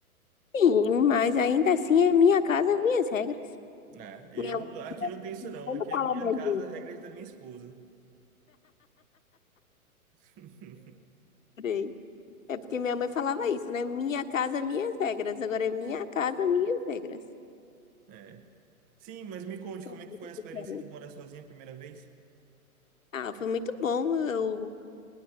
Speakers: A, on the left; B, on the right.
A: Sim, mas ainda assim é minha casa, minhas regras.
B: Ah, eu
A: Minha
B: aqui não tem isso
A: Vamos
B: não. Aqui
A: falar
B: é minha
A: mais
B: casa,
A: disso.
B: regras da minha esposa. <laughs>
A: Peraí. É porque minha mãe falava isso, né? Minha casa, minhas regras. Agora é minha casa, minhas regras.
B: É. Sim, mas me conte como
A: É muito
B: é que foi a experiência
A: diferente.
B: de morar sozinha a primeira vez?
A: Ah, foi muito bom. Eu